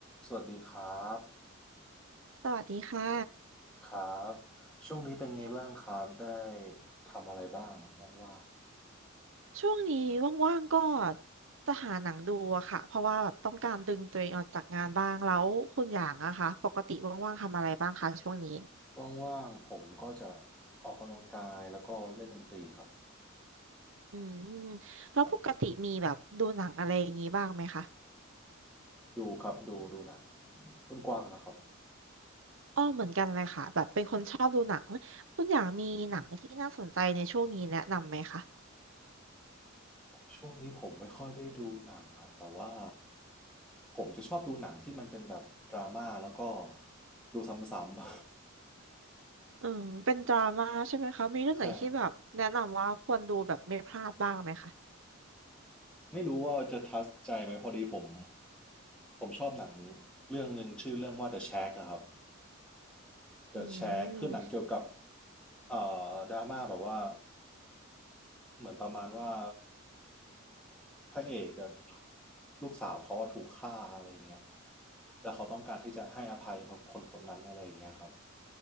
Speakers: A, in the centre; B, on the right.
A: สวัสดีครับ
B: สวัสดีค่ะ
A: ครับช่วงนี้เป็นไงบ้างครับ ได้ทำอะไรบ้างว่าง
B: ช่วงนี้ว่างๆก็จะหาหนังดูอะค่ะเพราะว่าแบบต้องการดึงตัวเองออกจากงานบ้างแล้วคุณอย่างอะคะปกติว่างๆทำอะไรบ้างคะช่วงนี้
A: ๆว่างๆ ผมก็จะออกกำลังกายแล้วก็เล่นดนตรีครับ
B: อืมแล้วปกติมีแบบดูหนังอะไรอย่างนี้บ้างไหมคะ
A: ครับ ดูครับดูดูหนังครับคุณกว้างล่ะครับ
B: อ้อเหมือนกันเลยค่ะแบบเป็นคนชอบดูหนังคุณอย่างมีหนังที่น่าสนใจในช่วงนี้แนะนำไหมคะ
A: ช่วงนี้ผมไม่ค่อยได้ดูหนังอะแต่ว่าผมจะชอบดูหนังที่มันเป็นแบบดราม่าแล้วก็ดูซ้ำๆ
B: อืมเป็นดราม่าใช่ไหมคะมีเรื่องไหนที่แบบแนะนำว่าควรดูแบบไม่พลาดบ้างไหมคะ
A: <laughs> ใช่ครับไม่รู้ว่าจะทัชใจไหมพอดีผมผมชอบหนังเรื่องหนึ่งชื่อเรื่องว่า The Shack อะครับ เดอะแชร์คือหนังเกี่ยวกับ
B: อืม
A: เอ่อดราม่าแบบว่า เหมือนประมาณว่าพระเอกอะลูกสาวเขาว่าถูกฆ่าอะไรอย่างเงี้ยแล้วเขาต้องการที่จะให้อภัยคนคนคนนั้นอะไรอย่างเงี้ยครับ